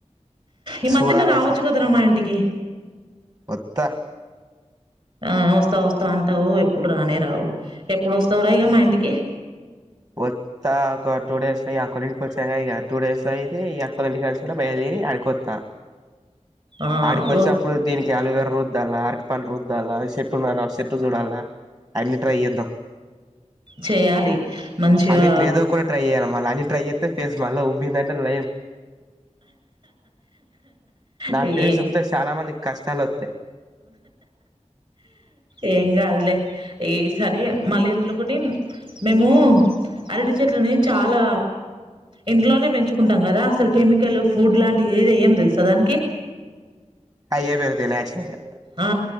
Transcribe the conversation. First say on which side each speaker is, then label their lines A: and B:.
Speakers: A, on the right; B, on the right.
A: ఈ మధ్యలో
B: చూడాలి
A: రావచ్చు కదార మా ఇంటికి
B: ఓత్త
A: ఆ వస్తా వస్తా అంటావు ఎప్పుడు రానే రావు ఏ ఏప్పుడు వస్తవురా ఇగా మా ఇంటికి
B: ఓత్త ఒక టూ డేస్ లో అక్క ల్లు డింటికి వచ్చాగా ఇక టూ డేస్ లో అయితే ఈ అక్కఒళ్ళింటికానించి బయలుదేరి అడికొత్తా
A: ఆ!
B: ఆడికి
A: రో
B: వచ్చినప్పుడు దీనికి ఆల్వేరా ర రుద్దాలా అరటి పండు రుద్దాలా చెట్టు ఉంది అన్నావ్ చెట్టు చూడాలా అన్ని ట్రై చేద్దాం.
A: చేయాలి మంచిగా
B: అన్నింటి లేదో కూడా ట్రై అయ్యాలమ్ మ అని ట్రై చేస్తే ఫేస్ మల్లా ఉబ్బిందంటే <inaudible> నా
A: ఏ
B: ఫేస్ ఉబ్బితే చాలా మందికి కష్టాలు ఒత్తయి
A: ఏం కాదులే ఈ సరి మళ్ళీ అందులో ఒకటి మేము అరటి చెట్లని చాలా ఇంట్లోనే పెంచుకుంటాం కదా అసలు కెమికల్ ఫుడ్ లాంటివి ఏదియ్యాం తెలుసా దానికి
B: అయ్యే పేరుగుతాయి నేచరల్ గా
A: ఆ